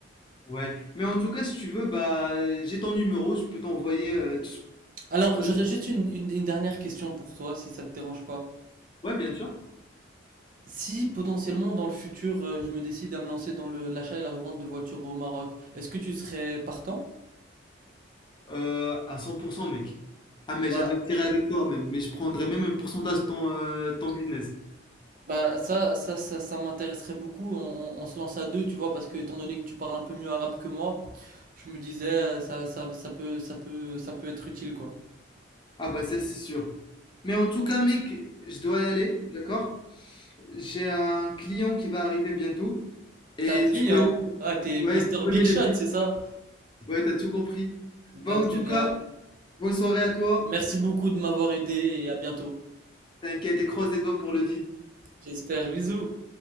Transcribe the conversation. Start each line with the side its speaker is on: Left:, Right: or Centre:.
Left: Ouais. Mais en tout cas, si tu veux, bah, euh, j'ai ton numéro, je peux t'envoyer. euh, tout ce-
Right: Alors, j'aurais
Left: euh,
Right: juste une, une- une dernière question pour toi, si ça te dérange pas.
Left: ouais, bien sûr.
Right: Si potentiellement dans le futur, euh, je me décide à me lancer dans le, l'achat et la revente de voitures au Maroc, est-ce que tu serais partant?
Left: Euh, à 100%, mec. Ah, mais
Right: Bah,
Left: j'investirai avec toi, même. Mais je prendrai même un pourcentage de ton, euh, ton business.
Right: bah ça, ça, ça, ça m'intéresserait beaucoup. On, on- on se lance à deux, tu vois, parce que étant donné que tu parles un peu mieux arabe que moi, je me disais, euh, ça, ça, ça peut, ça peut, ça peut être utile, quoi.
Left: Ah, bah, ça, c'est sûr. Mais en tout cas, mec, je dois y aller, d'accord? J'ai un client qui va arriver bientôt. Et
Right: T'as un client?
Left: tu connais,
Right: Ah, t'es
Left: ouais,
Right: Mister
Left: tu connais
Right: Big
Left: le
Right: Shot,
Left: but.
Right: c'est ça?
Left: Ouais, t'as tout compris.
Right: Bah,
Left: Bah, en
Right: très
Left: tout
Right: bien.
Left: cas, Bonne soirée à toi.
Right: Merci beaucoup de m'avoir aidé et à bientôt.
Left: T'inquiète et croise les doigts pour le deal.
Right: J'espère. Bisous.